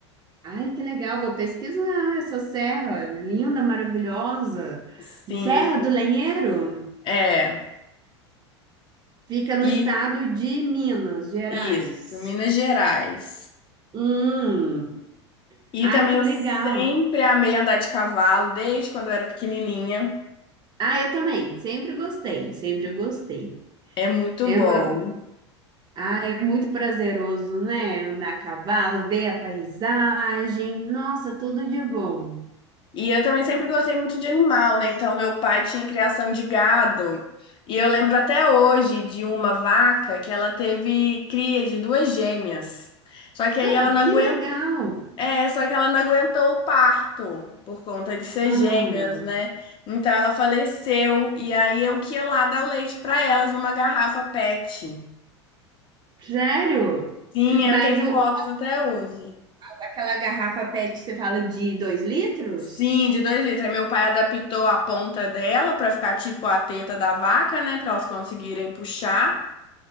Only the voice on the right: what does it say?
Ai, que legal! Vou pesquisar essa serra linda, maravilhosa.
Serra do Lenheiro?
Fica no
estado de Minas Gerais.
Hum,
ai,
que
legal.
Ah, eu também, sempre gostei, sempre gostei.
É,
uma- ah, é muito prazeroso, né? Andar a cavalo, ver a paisagem. Nossa, tudo de bom.
Ah,
Que
legal.
Ah,
sério?
Mas
o,
o-
aquela garrafa PET, você fala de dois litros?